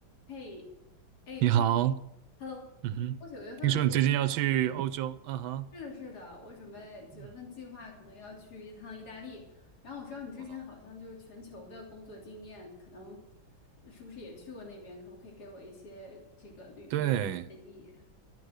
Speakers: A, on the left; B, on the right.
A: 嘿，哎，
B: 你好，
A: 那 Hello，
B: 嗯哼，
A: 我九月份的时候正好，
B: 听说你最近要去欧洲，嗯哼，
A: 是的，是的，我准备九月份计划可能要去一趟意大利，
B: 嗯，
A: 然后我知道你之前好像就是全球的工作经验，
B: 哇哦
A: 可能是不是也去过那边？可不可以给我一些这个旅旅游的建议？
B: 对